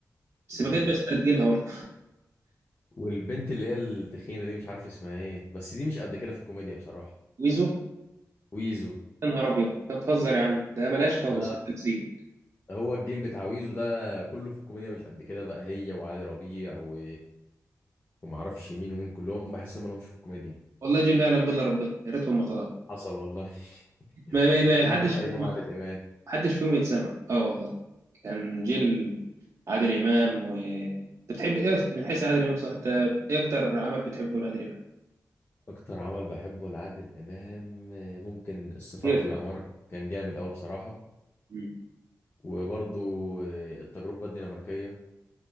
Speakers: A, on the right; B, on the left.
A: بس
B: ده
A: بجد
B: حقيقة
A: بس تجيلها برضه
B: والبنت اللي هي التخينة دي مش عارف اسمها ايه بس دي مش قد كده في الكوميديا بصراحة
A: ويزو
B: ويزو
A: يا نهار أبيض أنت بتهزر يا عم ده مالهاش خالص
B: لا
A: في التمثيل
B: هو الجيل بتاع ويزو ده كله في الكوميديا مش قد كده بقى هي وعلي ربيع و... وما اعرفش مين ومين كلهم بحس ان ما لهمش في الكوميديا
A: والله جيل ما يعلم بالله ربنا يا ريتهم ما طلعوا
B: حصل والله <laughs>
A: ما ما ما
B: فين
A: حدش
B: يا عم ايام
A: ما
B: عادل امام
A: حدش فيهم يتسمع اه والله كان جيل عادل إمام و أنت بتحب إيه من حيث عادل إمام صح أنت إيه أكتر عمل بتحبه لعادل إمام؟
B: اكتر عمل بحبه لعادل امام ممكن السفارة
A: كتير
B: في العمارة
A: ده
B: كان جامد قوي بصراحة
A: مم.
B: وبرضو التجربة الدنماركية